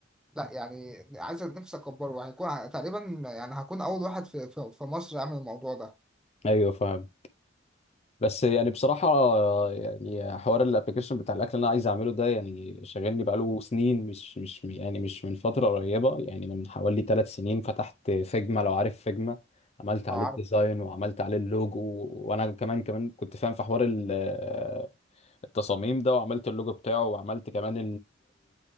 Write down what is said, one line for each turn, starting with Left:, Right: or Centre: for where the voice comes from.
Centre: لا يعني عايز نفسي اكبره وهيكون ع- تقريبا يعني هكون اول واحد في في, في مصر يعمل الموضوع ده
Left: ايوه فاهم بس يعني بصراحة يعني حوار الابلكيشن بتاع الأكل اللي أنا عايز أعمله ده يعني شاغلني بقاله سنين مش مش يعني مش من فترة قريبة يعني من حوالي ثلاث سنين فتحت فيجما لو عارف فيجما عملت
Centre: لو
Left: عليه
Centre: عارف
Left: الديزاين وعملت عليه اللوجو وأنا كمان كمان كنت فاهم في حوار ال- التصاميم ده وعملت اللوجو بتاعه وعملت كمان